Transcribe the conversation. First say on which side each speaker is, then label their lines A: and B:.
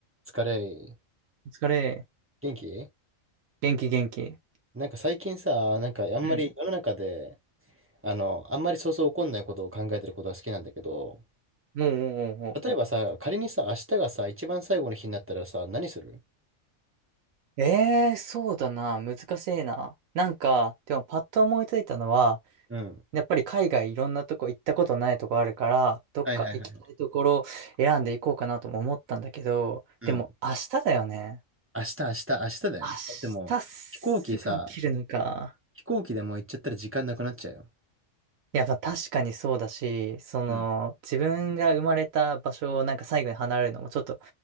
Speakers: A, on the right; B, on the right.
A: 疲れ、
B: お疲れ。
A: 元気
B: 元気元気。
A: なんか最近さ、なんかあんまり世の中で、
B: うん。
A: あの、あんまりそうそう起こんないことを考えてることが好きなんだけど、
B: もうもうも
A: 例えばさ、仮にさ、明日がさ、一番最後の日になったらさ、何する
B: う。ええー、そうだな。難しいな。なんか、でもパッと思いついたのは、
A: うん。
B: やっぱり海外いろんなとこ行ったことないとこあるから、どっか行きたいところ選んでいこうかなとも思ったんだけど、
A: はいはいはい。うん。
B: でも明日だよね。
A: 明日、明日、明日だよ。
B: 明日すぐ起きるのか。
A: だってもう、飛行機さ、飛行機でもう行っちゃったら時間なくなっちゃうよ。
B: いや、まあ確かにそうだし、その、
A: うん。
B: 自分が生まれた場所をなんか最後に離れるのもちょっと